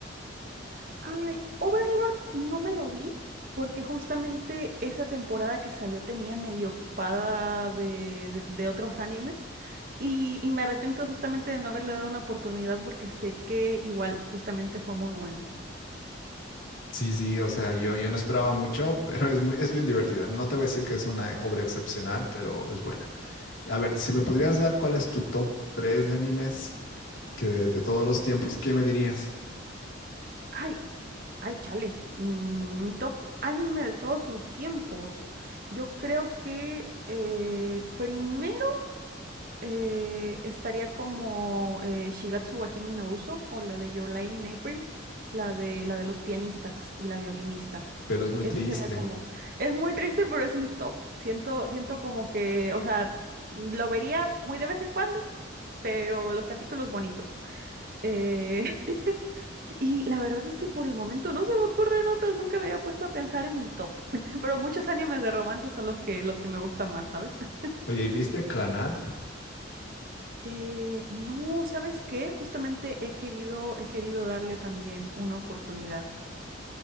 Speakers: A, on the right; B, on the left.
A: <laughs> Ay, Overlord no me lo vi porque justamente esa temporada que salió tenía medio ocupada de, de, de otros animes y, y me arrepiento justamente de no haberle dado una oportunidad porque sé que igual justamente fue muy bueno.
B: Sí, sí, o sea, yo, yo no esperaba mucho, <laughs> pero es muy, es bien divertida. No te voy a decir que es una obra excepcional, pero es buena. A ver, si me podrías dar cuál es tu top 3 de animes que de, de todos los tiempos, ¿qué me dirías?
A: Ay, Ay, chale. mm, mi top anime de todos los tiempos. Yo creo que eh, primero eh, estaría como eh, Shigatsu wa Kimi no Uso o la de Your Lie in April, la de, la de los pianistas y la violinista.
B: Pero es muy
A: Ese
B: triste.
A: sería como... Es muy triste, pero es mi top. Siento, siento como que, o sea, lo vería muy de vez en cuando, pero los capítulos bonitos. Eh, <laughs> Y la verdad es que por el momento no se me ocurren otros, nunca me había puesto a pensar en mi top, <laughs> pero muchos animes de romance son los que, los que me gustan más, ¿sabes? <laughs>
B: Oye, ¿y viste Clanad?
A: Eh, no, ¿sabes qué? Justamente he querido, he querido darle también una oportunidad,